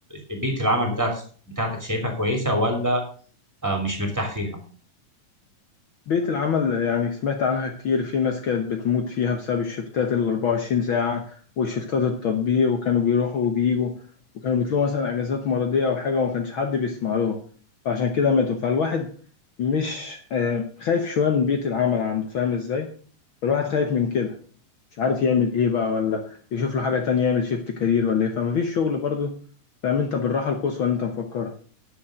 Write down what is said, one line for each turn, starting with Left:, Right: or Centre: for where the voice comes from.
Centre: ال- بيئة العمل بتاعت بتاعتك شايفها كويسة ولا آه، مش مرتاح فيها؟
Left: بيئة العمل يعني سمعت عنها كتير في ناس كانت بتموت فيها بسبب الشفتات ال 24 ساعة والشفتات التطبيق وكانوا بيروحوا وبيجوا وكانوا بيطلبوا مثلا أجازات مرضية أو حاجة وما كانش حد بيسمع لهم فعشان كده ماتوا فالواحد مش آه، خايف شوية من بيئة العمل عنده فاهم إزاي؟ فالواحد خايف من كده مش عارف يعمل إيه بقى ولا يشوف له حاجة تانية يعمل شيفت كارير ولا إيه فمفيش شغل برضه فاهم أنت بالراحة القصوى اللي أنت مفكرها